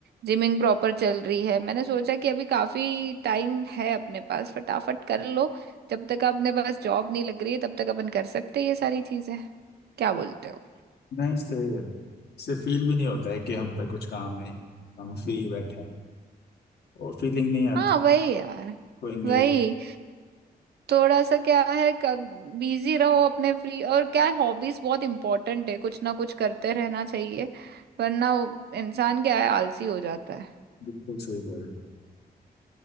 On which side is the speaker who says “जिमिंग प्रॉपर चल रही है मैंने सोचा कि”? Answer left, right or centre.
Right